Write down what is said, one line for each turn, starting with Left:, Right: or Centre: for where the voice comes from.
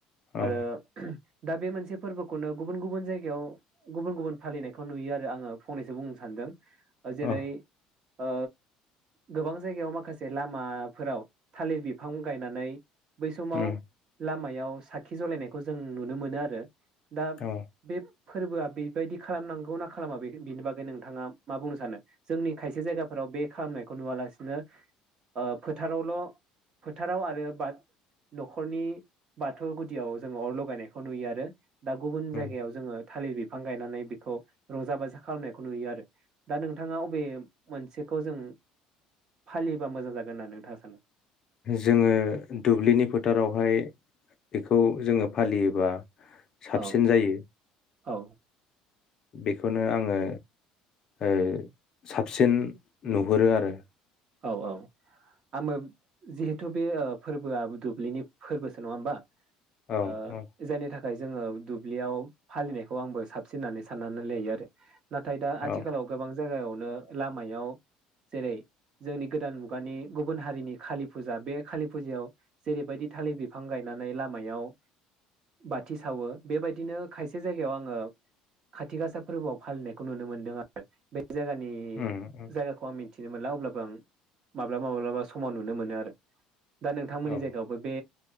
Left: औ
Right: आरो दा बे मोनसे फोरबोखौनो गुबुन गुबुन जायगायाव गुबुन गुबुन फालिनायखौ नुयो आरो आङो। फंनैसो बुंनो सानदों। जेरै
Left: औ
Right: ओ गोबां जायगायाव माखासे लामाफोराव थालिर बिफां गायनानै बै समाव
Left: उम
Right: लामा याव साखि जलायनायखौ जों नुनो मोनो आरो। दा
Left: औ
Right: बे फोरबोआ बेबायदि खालामनांगौ ना खालामा बे बिनि बागै नोंथाङा मा बुंनो सानो? जोंनि खायसे जायगाफोराव बे खालामनायखौ नुवालासिनो ओ फोथारावल' फोथाराव आरो न'खरनि बाथौ गुदियाव जोङो अर लगायनायखौ नुयो आरो दा गुबुन जायगायाव
Left: उम
Right: जोङो थालिर बिफां गायनानै बेखौ रंजा-बाजा खालामनायखौ नुयो आरो दा नोंथाङा अबे मोनसेखौ जों फालियोबा मोजां जागोन होननानै नोंथाङा सानो?
Left: जोङो दुब्लिनि फोथारावहाय बेखौ जोङो फालियोबा साबसिन
Right: औ
Left: जायो
Right: औ
Left: बेखौनो आङो ओ साबसिन नुहुरो आरो
Right: औ औ आङो जिहेथु बे फोरबोआ दुब्लिनि फोरबोसो नङा होमबा
Left: औ
Right: ओ
Left: औ
Right: जायनि थाखाय दायो जोङो दुब्लियाव फालिनायखौ आंबो साबसिन होननानै साननानै लायो आरो नाथाय दा
Left: औ
Right: आथिखालाव गोबां जागायावनो लामायाव जेरै जोंनि गोदान मुगानि गुबुन हारिनि खालि फुजा बे खालि फुजायाव जेरैबायदि थालिर बिफां गायनानै लामायाव बाथि सावो बेबायदिनो खायसे जायगायाव आङो खाथि गासा फोरबोआव फालिनायखौ नुनो मोनदों आरो बे जायगानि
Left: उम उम
Right: जायगाखौ आं मि थिनो मोनला अब्लाब बां माब्लाबा माब्लाबा समाव नुनो मोनो आरो दा नोंथांमोननि
Left: औ।
Right: जायगायावबो बे